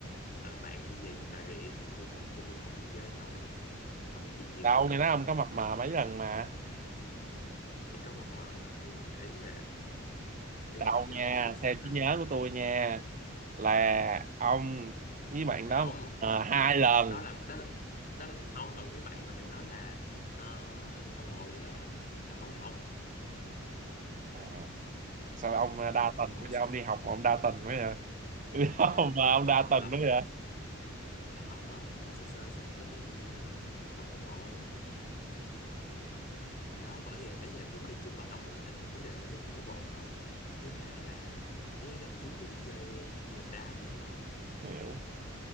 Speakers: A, on the left; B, on the right.
A: ờ, bạn đi về Việt Bà Rịa nên tụi tôi không tụi tôi không đi chơi với nhau được không nói chuyện nhiều
B: đâu
A: nữa
B: nghe nói ông có mập mờ mấy lần mà
A: thì có mập mờ không nhưng mà ý là ý
B: đâu
A: là do
B: nha
A: sao
B: theo
A: ta
B: trí nhớ của tôi nha là ông với bạn đó
A: không
B: ờ, hai
A: đó
B: lần
A: đó là đó đó là- không còn cái bạn mà mày nói là ờ, có bồ gì đó là Bảo Ngọc
B: à, sao ông ờ,
A: là
B: đa
A: mập
B: tình
A: mờ
B: bây
A: sao-
B: giờ ông đi học mà ông đa tình quá vậy <laughs> Bây giờ
A: là
B: mà
A: mập
B: ông
A: mờ
B: đa tình
A: mập
B: quá vậy
A: là mập mờ mập mờ sơ sơ xong cái tự nhiên ờ, Bảo Ngọc có bồ thì đó bởi vậy ý là tôi không đi chung Bảo Ngọc nữa tại vì vấn đề là nhất tôi có bồ rồi thứ hai là ý là đợt trước tôi đi chơi nguyên một đám á hiểu không
B: hiểu